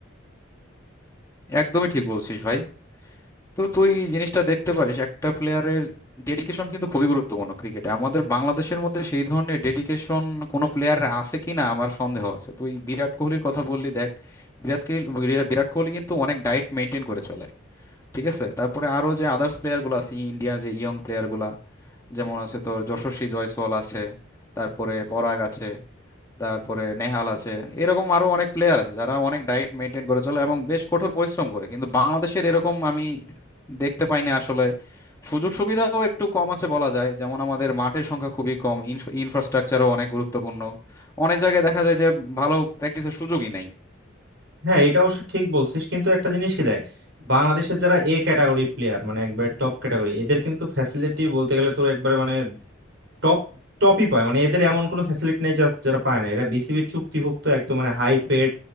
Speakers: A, on the left; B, on the right.
A: একদমই ঠিক বলছিস ভাই তো তুই জিনিসটা দেখতে পারিস একটা প্লেয়ারের ডেডিকেশন কিন্তু খুবই গুরুত্বপূর্ণ ক্রিকেটে আমাদের বাংলাদেশের মধ্যে সেই ধরনের ডেডিকেশন কোনো প্লেয়ার আছে কিনা আমার সন্দেহ আছে তুই বিরাট কোহলির কথা বললি দেখ বিরাট কোহলি বিরাট কোহলি কিন্তু অনেক ডায়েট মেনটেন করে চলে ঠিক আছে তারপরে আরো যে আদার্স প্লেয়ারগুলো আছে ইন্ডিয়ার যে ইয়ং প্লেয়ারগুলো যেমন আছে তোর যশস্বী জয়সওয়াল আছে তারপরে পরাগ আছে তারপরে নেহাল আছে এরকম আরো অনেক প্লেয়ার আছে যারা অনেক ডায়েট মেনটেন করে চলে এবং বেশ কঠোর পরিশ্রম করে কিন্তু বাংলাদেশের এরকম আমি দেখতে পাই না আসলে সুযোগ সুবিধাও একটু কম আছে বলা যায় যেমন আমাদের মাঠের সংখ্যা খুবই কম ইনফ্রাস্ট্রাকচারও অনেক গুরুত্বপূর্ণ অনেক জায়গায় দেখা যায় যে ভালো প্র্যাকটিসের সুযোগই নেই
B: হ্যাঁ এটা অবশ্য ঠিক বলছিস কিন্তু একটা জিনিসই দেখ বাংলাদেশের যারা এ ক্যাটাগরি প্লেয়ার মানে একবারে টপ ক্যাটাগরি এদের কিন্তু ফ্যাসিলিটি বলতে গেলে তোর একবারে মানে টপ টপই পায় মানে এদের এমন কোনো ফ্যাসিলিটি নেই যা- যারা পায় না এরা বিসিবির চুক্তিভুক্ত একদম মানে হাই পেড